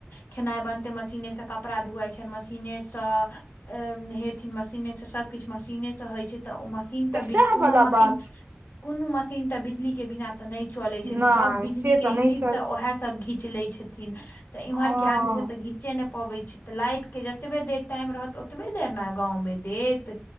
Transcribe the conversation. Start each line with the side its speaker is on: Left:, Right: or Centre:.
Left: खेनाइ बनते मशीनेसँ कपड़ा धुआइ छनि मशीनेसँ अ नहेथिन मशीने से सभ किछु मशीने से होइ छै तऽ ओ मशीन मशीन
Right: सएह
Left: तऽ कोनो
Right: वाला
Left: मशीन
Right: बात
Left: कोनो मशीन तऽ बिजली के बिना तऽ नहि चले छै तऽ
Right: नहि
Left: सब बिजली
Right: से
Left: के यूनिट
Right: नहि चलतै
Left: तऽ ओहा सब घीच ले छथिन तऽ इम्हर
Right: ओ
Left: के आदमी सब त घीच नहि पबैत छै तऽ लाइट के जतबे देर टाइम रहत ओतबे देर ने गाँवमे देत